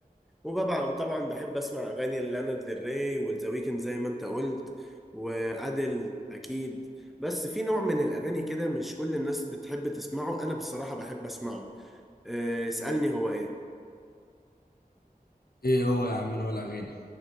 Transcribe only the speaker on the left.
ايه هو يا عم نوع الاغاني